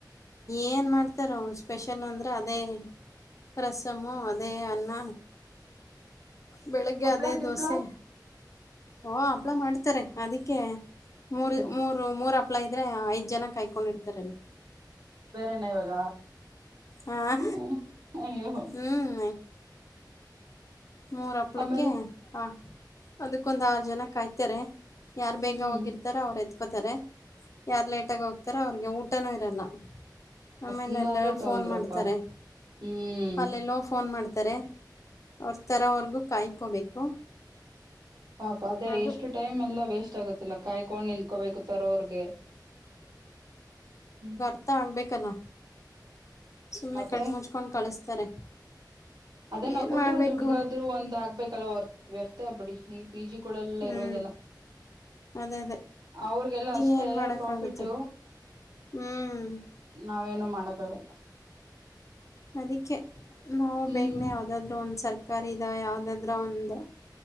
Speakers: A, on the left (about 45°); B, on the right (about 65°).
A: ಏನ್ ಮಾಡ್ತಾರ ಅವ ಸ್ಪೆಷಲ್ ಅಂದ್ರೆ ಅದೇ. ರಸಮು ಅದೇ ಅನ್ನ. ಬೆಳಿಗ್ಗೆ
B: ಹಪ್ಳ
A: ಅದೇ
B: ಗಿಪ್ಳ
A: ದೋಸೆ. ಓ ಆಪ್ಲೆ ಮಾಡ್ತಾರೆ ಅದಕ್ಕೆ ಮೂರು
B: ಹ್ಮ್
A: ಮೂರ್. ಇರು ಮೂರ್ ಅಪ್ಲೈ ಇದ್ರೆ ಐದ ಜನ ಕಾಯ್ಕೊಂಡಿರ್ತಾರ ಅಲ್ಲಿ.
B: ಬೇರೆನ ಇವಾಗ.
A: ಹ
B: ಹ್ಮ್ ಅಯ್ಯೋ.
A: ಹ್ಮ್ ಮೂರ ಹಪ್ಳಕ್ಕೆ
B: ಆಮೇಲೆ
A: ಹ ಅದಕ್ಕೊಂದ ಆರು ಜನ ಕಾಯ್ತಾರೆ. ಯಾರು ಬೇಗ
B: ಹ್ಮ್
A: ಹೋಗಿರ್ತಾರೋ ಅವ್ರು ಎತ್ಕೋತಾರೆ ಯಾರು ಲೇಟಾಗಿ ಹೋಗ್ತಾರ ಅವ್ರಿಗೆ ಊಟನೂ ಇರಲ್ಲ. ಆಮೇಲೆ
B: ಹಂಗಾದ್ರೆ
A: ಎಲ್ಲ ಫೋನ್
B: ತೊಂದ್ರಪ್ಪಾ
A: ಮಾಡ್ತಾರೆ
B: ಹ್ಮ್
A: ಅಲ್ಲಿ ಎಲ್ಲೋ. ಫೋನ್ ಮಾಡ್ತಾರೆ ಅವ್ರ ಥರವರ್ಗೂ ಕಾಯ್ಕೋಬೇಕು.
B: ಪಾಪ ಅದೇ
A: ಅದು
B: ಎಷ್ಟು ಟೈಮ್ ಎಲ್ಲ ವೇಸ್ಟ್ ಆಗತ್ತಲ್ಲ ಕಾಯ್ಕೊಂಡ. ಕೋಬೇಕು ತರ ಅವ್ರಗೆ ಹ್ಮ.
A: ಮತ್ತ ಆಗ್ಬೇಕಲ್ಲ ಸುಮನೆ
B: ಮತ್ತೆ
A: ಕಣು ಮುಚ್ಕೊಂಡು ಕಳಿಸ್ತಾರೆ.
B: ಅದೇ ನಾವು
A: ಏನು
B: ಕೊಟ್ಟಿರೋ
A: ಮಾಡಬೇಕು
B: ದುಡ್ಗಾದ್ರು ಒಂದ ಆಗ್ಬೇಕಲ್ ವ್ಯರ್ಥಬಿಡಿ. ಪಿ ಜಿ ಕಳೆಲ್ಲ
A: ಹ್ಞೂ
B: ಇರೋದೆಲ್ಲ.
A: ಅದೇ ಅದೇ
B: ಅವ್ರಿಗೆಲ್ಲ ಅಷ್ಟೇ
A: ಏನು ಮಾಡೋಕ್ಕಾಗುತ್ತೆ
B: ಪ್ರಾಫಿಟ್.
A: ಹ್ಞೂ
B: ನಾವೇನು ಮಾಡಕಾಗಲ.
A: ಅದಕ್ಕೆ ನಾವು
B: ಹ್ಮ್
A: ಬೇಗನೆ ಯಾವುದಾದ್ರೂ ಒಂದು ಸ್. ಸರಕಾರಿದ ಯಾವ್ದಾದ್ರ ಒಂದು.